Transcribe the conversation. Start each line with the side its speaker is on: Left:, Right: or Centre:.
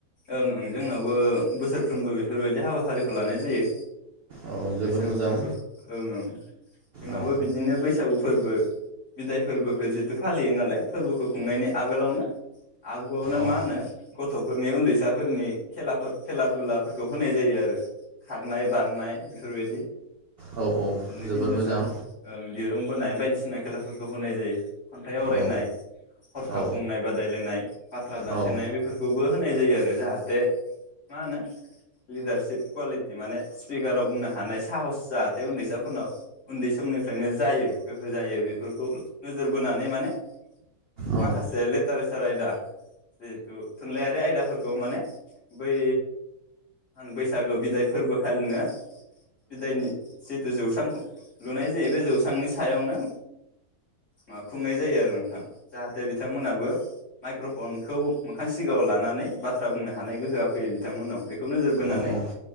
Left: ओं ओं जोंनावबो बोसोरफ्रोमबो बेफोरबायदि हाबाफारिखौ लानाय जायो।
Right: औ जोबोर
Left: बैसागु
Right: मोजां
Left: फोरबो ओं ओं जोंनावाबो
Right: औ
Left: बिदिनो बैसागु फोरबो बिदाय फोरबोखौ जितु फालियो नालाय फोरबोखौ खुंनायनि आगोलावनो आगुआवनो
Right: औ
Left: मा होनो गथ'फोरनि उन्दै फिसाफोरनि खेला खेला दुलाफोरखौ होनाय जायो आरो खारनाय बारनाय बेफोरबायदि
Right: औ
Left: बिदिनो
Right: जोबोर
Left: हिन्जावसा
Right: मोजां
Left: ओं दिरुं बोनाय बायदिसिना खेलाफोरखौ होनाय जायो। खन्थाइ आवरायनाय
Right: औ
Left: हरखाब
Right: औ
Left: बुंनाय बादायलायनाय बाथ्रा दानथेनाय
Right: औ
Left: बेफोरखौबो होनाय जायो आरो। मा होनो लिडारषिप कुवालिटि माने स्पिकाराव बुंनो हानाय साहस जाहाथे उन्दैसाफोरनाव उन्दै समनिफ्रायनो जायो गोहो जायो बेफोरखौ नोजोर बोनानै माने। माखासे
Right: औ
Left: ल <unintelligible> आयदा जिहेथु थुनलाइारि आयदाफोरखौ खौ माने बै मा होनो बैसागो बिदाय फोरबोखालिनो बिदायनि जिथु जौस्रां लुनाय जायो बे जौस्रांनि सायावनो। माबा खुंनाय जायो आरो नोंथां जाहाथे बिथांमोनाबो माइक्र'फनखौ मोखां सिगाङाव लानानै बाथ्रा बुंनो हानाय गोहोआ फैयो बिथांमोनाव बे खौ नोजोर बोनानै
Right: औ औ